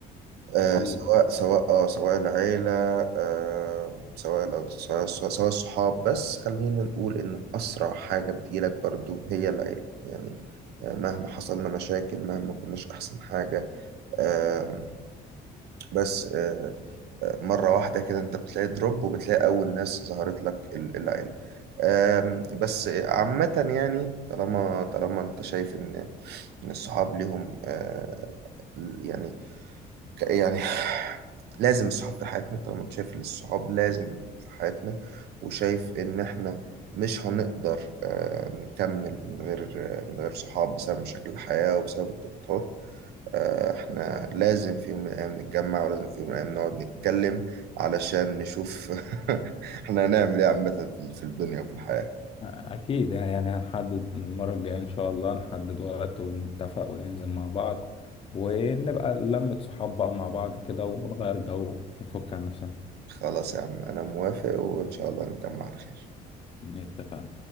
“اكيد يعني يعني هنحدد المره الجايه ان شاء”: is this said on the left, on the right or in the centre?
Left